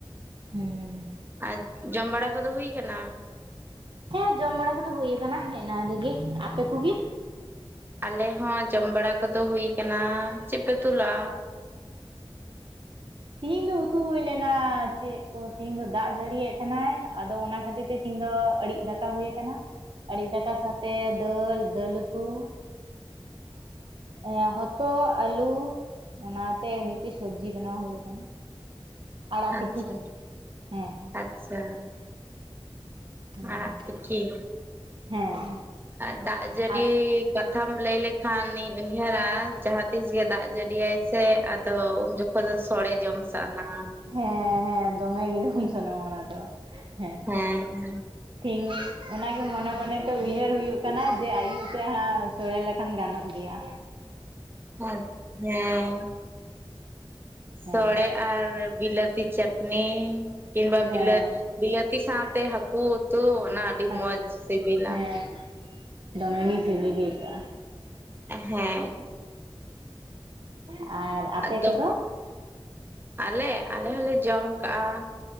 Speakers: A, on the right; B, on the right.
A: ᱦᱮᱸ
B: ᱟᱨ ᱡᱚᱢ ᱵᱟᱲᱟ ᱠᱚᱫᱚ ᱦᱩᱭ ᱠᱟᱱᱟ?
A: ᱦᱮᱸ ᱡᱚᱢ ᱵᱟᱲᱟ ᱠᱚᱫᱚ ᱦᱩᱭ ᱠᱟᱱᱟ ᱮᱱᱟᱱ ᱨᱤᱜᱤ ᱟᱯᱮ ᱠᱚᱜᱮ?
B: ᱟᱞᱮ ᱦᱚᱸ ᱡᱚᱢ ᱵᱟᱲᱟ ᱠᱚᱫᱚ ᱦᱩᱭ ᱠᱟᱱᱟ ᱪᱮᱫᱯᱮ ᱩᱛᱩᱞᱮᱫᱼᱟ?
A: ᱛᱤᱦᱤᱧ ᱫᱚ ᱩᱛᱩ ᱦᱩᱭ ᱞᱮᱱᱟ ᱪᱮᱫ ᱠᱚ ᱛᱤᱦᱤᱧ ᱫᱚ ᱫᱟᱜ ᱡᱟᱹᱲᱤᱭᱮᱫ ᱛᱟᱦᱮᱱᱟᱭ ᱟᱫᱚ ᱚᱱᱟ ᱠᱷᱟᱹᱛᱤᱨ ᱛᱮᱼᱼ ᱛᱤᱦᱤᱧ ᱫᱚ ᱟᱲᱤᱡ ᱫᱟᱠᱟ ᱦᱩᱭ ᱟᱠᱟᱱᱟ ᱟᱲᱤᱡ ᱫᱟᱠᱟ ᱥᱟᱶᱛᱮ ᱫᱟᱹᱞ ᱫᱟᱹᱞ ᱩᱛᱩᱼᱼ ᱟᱨ ᱦᱚᱛᱚᱫ ᱟᱞᱩ ᱚᱱᱟᱛᱮ ᱢᱤᱫᱴᱮᱡ ᱥᱚᱵᱡᱤ ᱵᱮᱱᱟᱣ ᱦᱩᱭ ᱟᱠᱟᱱᱟ᱾ ᱟᱲᱟᱜ ᱛᱤᱠᱤ
B: ᱟᱪᱪᱷᱟ
A: ᱦᱮᱸ
B: ᱟᱪᱪᱷᱟ
A: ᱦᱮᱸ
B: ᱟᱲᱟᱜ ᱛᱤᱠᱤ
A: ᱦᱮᱸ
B: ᱟᱨ ᱫᱟᱜ ᱡᱟᱹᱲᱤᱼᱼ
A: ᱟᱨ
B: ᱠᱟᱛᱷᱟᱢ ᱞᱟᱹᱭ ᱞᱮᱠᱷᱟᱱᱤᱧ ᱩᱭᱦᱟᱹᱨᱟ ᱡᱟᱦᱟᱸ ᱛᱤᱥ ᱜᱮ ᱫᱟᱜ ᱡᱟᱹᱲᱤᱭᱟᱭ ᱥᱮ ᱟᱫᱚ ᱩᱱ ᱡᱚᱠᱷᱚᱱᱼᱼ ᱚᱠᱚᱭ ᱫᱚ ᱥᱚᱲᱮ ᱡᱚᱢ ᱥᱟᱱᱟᱼᱼ
A: ᱦᱮᱸ ᱦᱮᱸ ᱫᱚᱢᱮ ᱜᱮ ᱡᱚᱢ ᱥᱟᱱᱟ ᱚᱱᱟ ᱫᱚ ᱦᱮᱸᱼᱼ
B: ᱦᱮᱸᱻ
A: ᱛᱷᱤᱝ ᱚᱱᱟᱜᱮ ᱢᱚᱱᱮ ᱢᱚᱱᱮ ᱛᱮ ᱩᱭᱦᱟᱹᱨ ᱦᱩᱭᱩᱜ ᱠᱟᱱᱟ ᱡᱮ ᱟᱭᱩᱵ ᱥᱮᱮᱫ ᱦᱟᱜᱼᱼ ᱥᱳᱲᱮ ᱞᱮᱠᱷᱟᱱ ᱜᱟᱱᱚᱜ ᱜᱮᱭᱟ᱾
B: ᱦᱳᱭ ᱦᱮᱸ
A: ᱦᱮᱸ
B: ᱥᱚᱲᱮ ᱟᱨ ᱵᱤᱞᱟᱹᱛᱤ ᱪᱟᱴᱱᱤ ᱠᱤᱢᱵᱟ
A: ᱦᱮᱸ
B: ᱵᱤᱞᱟᱹ ᱵᱤᱞᱟᱹᱛᱤ ᱥᱟᱶᱛᱮ ᱦᱟᱹᱠᱩ ᱩᱛᱩ ᱚᱱᱟ ᱟᱹᱰᱤ
A: ᱦᱟᱹᱠᱩ
B: ᱢᱚᱸᱡᱽ ᱥᱤᱵᱤᱞᱼᱟ
A: ᱦᱮᱸ ᱫᱚᱢᱮ ᱥᱤᱵᱤᱞ ᱜᱮ ᱟᱹᱭᱠᱟᱹᱜᱼᱟ᱾
B: ᱦᱮᱸ
A: ᱦᱮᱸ ᱟᱨ ᱟᱯᱮ
B: ᱟᱫᱚ
A: ᱠᱚᱫᱚ
B: ᱟᱞᱮ ᱟᱞᱮ ᱦᱚᱸᱞᱮ ᱡᱚᱢ ᱠᱟᱜᱼᱟ